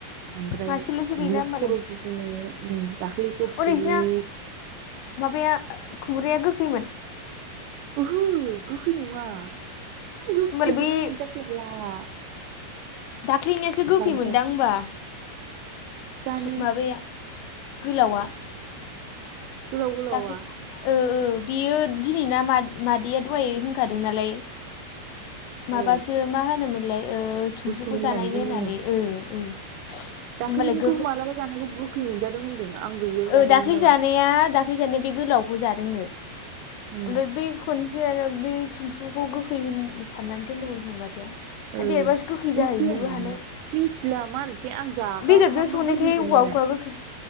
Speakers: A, on the right; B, on the left.
A: ओमफ्राय
B: मासेल'सो
A: इदिनो
B: गैला होमबालाय
A: खर' गिदिङो उम दाख्लैफोर
B: अ
A: सिरिनि
B: नोंसिना माबाया खुमब्राया गोखैमोन?
A: ओहो गोखै नङा आं गोखैखौनो
B: होमबालाय बै
A: मोनजाफेरला।
B: दाख्लैनियासो गोखैमोनदां
A: मानोबा
B: होमबा।
A: जानो
B: थु माबाया गोलावा।
A: गोलाव गोलावा।
B: दाख्लै ओ ओ बियो दिनैना मा-मादैया दहाय होनखादों नालाय। माबासो
A: ओ
B: मा होनोमोनलाय ओ थुमफ्रुखौ
A: गुसु
B: जानायनो
A: बुंदोंमोन
B: होननानै ओ ओ।
A: दाख्लैनिखौ
B: होमबालाय गोखै
A: मालाबा जानायखौ गोखै मोनजादों होनदों। आं गैयियाव
B: ओ
A: जादोंमोन
B: दाख्लै
A: नामा
B: जानाया दाख्लै जानाया बे गोलावखौ जादोंनो
A: उम
B: ओमफ्राय बै खनसे आरो बे थुमफ्रुखौ गोखै होन सानना दोनदोंमोन मादैया।
A: ओ
B: देरबासो गोखै
A: गोखैयानो
B: जाहैनोबो हानाय
A: नङा मिथिला मारैथाय आं जागाफ्रामबो
B: बेदरजों संनायखाय
A: गोखैखौनो
B: अवा
A: मोना
B: अखा गोखै